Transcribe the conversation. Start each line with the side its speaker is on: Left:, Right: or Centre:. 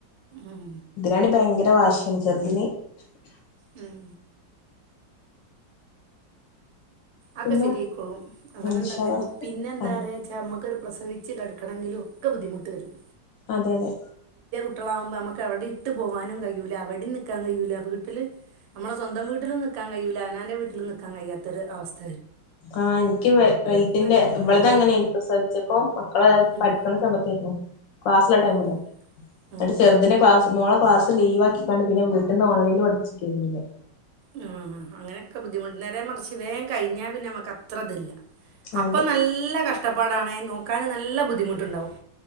Right: ഉം
Left: ഇതിനാണ് ഭയങ്കര വാശി ചെറുതിന്
Right: ഉം അക്കെ,
Left: പിന്നെ
Right: സെരിയയിക്കോളും, അങ്ങനെണ്ട
Left: ഇൻഷാ അല്ലാഹ്
Right: പിന്നെന്താ
Left: അത്
Right: പറയച്ചമ്മക്ക് പ്രസവിച്ച് കെടക്കണെങ്കിലും ഒക്കെ ബുദ്ധിമുട്ട് വരും.
Left: അതെ, അതെ.
Right: വീട്ടിലകുമ്പോ, നമ്മക്ക്, വെടെ ഇട്ട് പോകാനും കയൂല അവിടെമ് നിക്കാനും കയ്യൂല വീട്ടില് നമ്മള സ്വന്തം വീട്ടിലും നിക്കാൻ കയ്യൂല അവനാന്റെ വീട്ടിലും നിക്കാൻ കയത്തൊരുസ്ഥ
Left: ആഹ്, എനിക്ക് വെൽതിന്റെ
Right: ഇപ്പ- ഉം
Left: ഇവളതങ്ങനെ എനി പ്രസദിച്ചപ്പോ മക്കളെ,
Right: ഉം
Left: പഠിക്കണ സമയത്തായിരുന്നു, ക്ലാസ്സള്ള ടൈമില്
Right: ഉം
Left: എന്നിട്ട്
Right: ഉം
Left: ചെറുതിന്റെ ക്ലാസ് മോള ക്ലാസ് ലീവ് ആക്കിക്കാണ്ട് പിന്നെവീട്ടന്ന് ഓൺലൈൽ പഠിച്ചിക്കിരുന്നില്ലേ
Right: ആ, അങ്ങനെയൊക്കെ ബുദ്ധിമുട്ട് നേരെ മറച്ച് വേൻ, കഴിഞ്ഞാ പിന്നെ മ്മക്ക് അത്ര ഇതില്ല. അപ്പ
Left: അതെ
Right: നല്ല കഷ്ടപ്പാടണ നോക്കാന് നല്ല ബുദ്ധിമുട്ടുണ്ടാവും